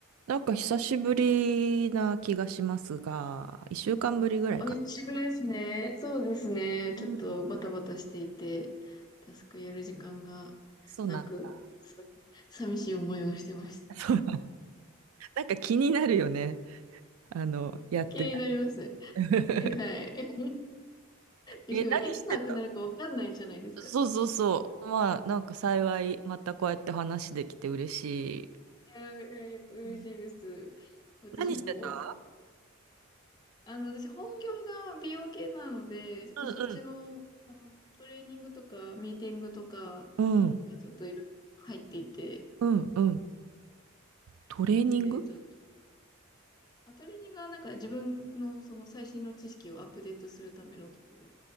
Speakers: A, on the right; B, on the left.
A: なんか久しぶりな気がしますが、一週間ぶりぐらいかな。
B: お一緒ですね。そうですね。
A: うん。
B: ちょっとバタバタしていて、タスクやる時間が
A: そうなんだ。
B: なく、さ寂しい思いをしてまし
A: そう。なんか気になるよね。あの、やってない。
B: た。気になります。
A: <laughs>
B: はい。
A: え、
B: しかも、
A: 何してた
B: いつなくなるかわかんないじゃないですか。
A: そうそうそう。
B: い
A: まあ、なんか幸い、またこうやって話できて嬉し
B: や、いやいや嬉しいです。
A: い。うん
B: 私も、
A: 何してた
B: あの、私本業が美容系なので、ちょっとそっちの、
A: うん
B: あの、トレーニングとか、ミーティングとか
A: うん。うん
B: がちょっといろいろ入っていて、
A: うんうん。トレーニング
B: それでちょっとアトリエがなんか自分のその最新の知識をアップデートするためのところ。